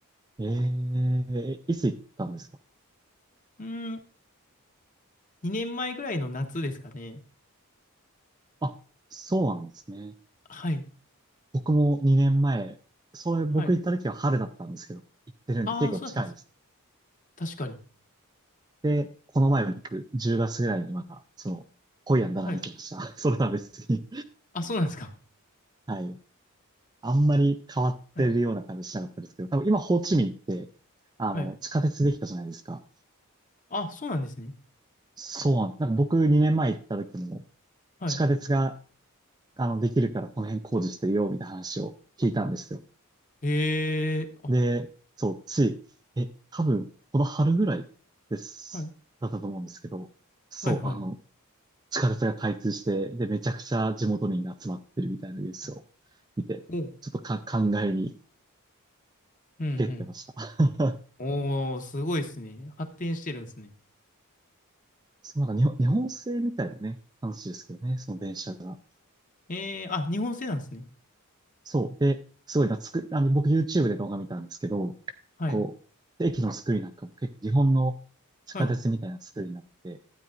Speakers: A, on the right; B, on the left.
A: ええいつ行ったんですか
B: うーん。2年前ぐらいの夏ですかね。
A: あ、そうなんですね。
B: はい。
A: 僕も2年前、そういう僕行った時は春だったんですけど、
B: はい。
A: 行ってるんで結構近いです。
B: ああ、そうだったんです。確かに。
A: で、この前僕、10月ぐらいにまた、その、ホイアンダナン行きました。
B: はい。
A: <laughs> それとは別に。
B: あ、そうなんですか。
A: はい。あんまり変わってるような感じしなかったですけど、
B: はい。
A: 多分今、ホーチミンって、あの、
B: はい。
A: 地下鉄できたじゃないですか。
B: あ、そうなんですね。
A: そうなんです。なんか僕2年前行った時も、
B: はい。
A: 地下鉄が、あの、できるからこの辺工事してるよ、みたいな話を聞いたんですよ。
B: へえ、あ、
A: で、そう、つい、え、多分、この春ぐらいです、
B: はい。
A: だったと思うんですけど、そう、
B: はい、はい。
A: あの、地下鉄が開通して、で、めちゃくちゃ地元民が集まってるみたいなニュースを見て、
B: おう。
A: ちょっとか、考えに
B: うん
A: ふけってました。<laughs>
B: うん。おー、すごいですね。発展してるんですね。
A: そう、なんか日本、日本製みたいなね、話ですけどね、その電車が。
B: ええ、あ、日本製なんですね。
A: そう。で、すごい懐く、あの、僕 YouTube で動画見たんですけど、
B: はい。
A: こう、駅の作りなんかも結構日本の地下鉄みたいな作りになって、
B: はい。